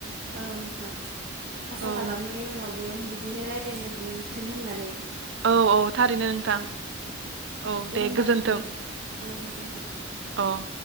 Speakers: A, on the right; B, on the right.
A: औ नोंथां आसा
B: औ
A: खालामो इनाव बो बिदिनो रायलायनो मोन्थों होननानै
B: औ औ थारैनो नोंथां।
A: औ
B: औ दे
A: होमबा
B: गोजोन्थों
A: नोंथां औ गोजोन्थों
B: अह